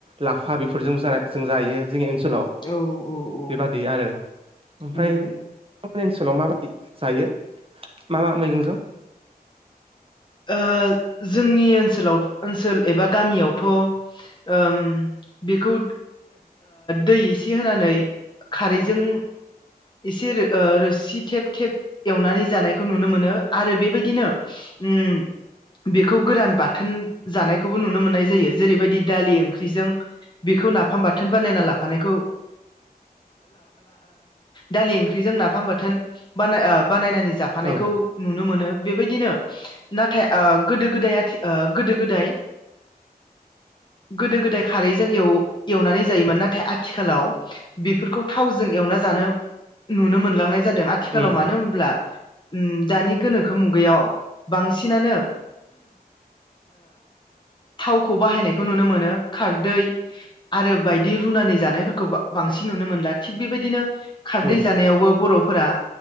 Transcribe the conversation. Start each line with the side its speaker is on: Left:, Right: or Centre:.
Right: लाफा बेफोरजों जों जायो। जोंनि ओनसोलाव
Left: औ औ औ
Right: बेबादि आरो ओमफ्राय
Left: उम
Right: बिथांमोननि ओनसोलाव माबायदि जायो मा मा मैगंजों?
Left: ओ जोंनि ओनसोलाव ओनसोल एबा गामियावथ ओम बेखौ दै एसे होनानै खारैजों एसे ओ रोसि थेब थेब एवनानै जानायखौ नुनो मोनो आरो बेबायदिनो उम बेखौ गोरान बाथोन जानायखौबो नुनो मोननाय जायो जेरैबायदि दालि ओंख्रिजों बेखौ नाफाम बाथोन बानायना लाफानायखौ दालि ओंख्रिजों नाफाम बाथोन बानाय बानायनानै जाफानायखौ
Right: औ
Left: नुनो मोनो। बेबायदिनो नाथाय ओ गोदो गोदाय ओ गोदो गोदाय गोदो गोदाय खारैजों एवनानै जायोमोन नाथाय आथिखालाव बेफोरखौ थावजों एवना जानो नुनो मोनलांनाय जादों आथिखालाव
Right: उम
Left: मानो होनोमब्ला उ दानि गोनोखो मुगैयाव बांसिनानो थावखौ बाहायनायखौ नुनो मोनो खारदै आरो बायदि रुनानि जानायफोरखौ बांसिन नुनो मोनला थिग बेबायदिनो खारदै
Right: औ
Left: जानायावबो बर फोरा